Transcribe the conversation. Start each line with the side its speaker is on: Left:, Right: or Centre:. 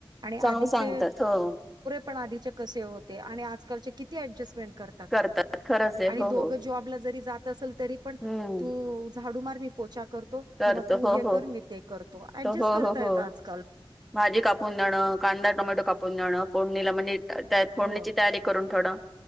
Right: आणि आधीचे
Centre: चांगलं सांगतात हो.
Right: पण आधीचे कसे होते आणि आजकालचे किती ॲडजेसमेंट कर
Centre: करतात खरंच आहे
Right: आणि
Centre: हो
Right: दोघ
Centre: हो
Right: जॉबला जरी जात अस तरी पण
Centre: हम्म
Right: तु -- झाडू मार मी पोचा करतो
Centre: करतो
Right: किंवा तू
Centre: हो
Right: हे
Centre: हो
Right: कर मी ते करतो. ऍडजस्ट
Centre: तो हो
Right: करतात
Centre: हो हो
Right: आजकाल.
Centre: भाजी कापून देणं. कांदा, टोमॅटो कापून देणं. फोडणीला म्हणजे -- त्यात फोडणीची
Right: हो
Centre: तयारी करून थोडं